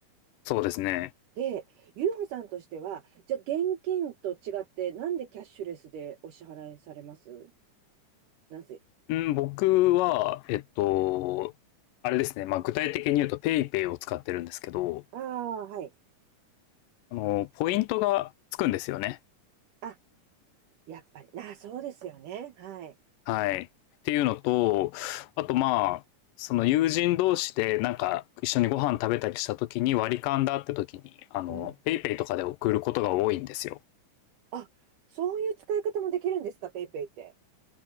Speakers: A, on the left; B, on the right.
A: そうですね。
B: で、ゆうほさんとしては、じゃあ現金と違って、なんでキャッシュレスでお支払いされますなぜ
A: うん、僕は、えっと、あれですね。まあ、具体的に言うと、ペイペイを使ってるんですけど、
B: ああ、はい。
A: あの、ポイントがつくんですよね。
B: あ、やっぱり。あー、そうですよね。はい。
A: はい。っていうのと、あとまあ、その友人同士でなんか一緒にご飯食べたりした時に割り勘だって時に、あの、
B: うん。
A: ペイペイとかで送ることが多いんですよ。
B: あ、そういう使い方もできるんですか、ペイペイって。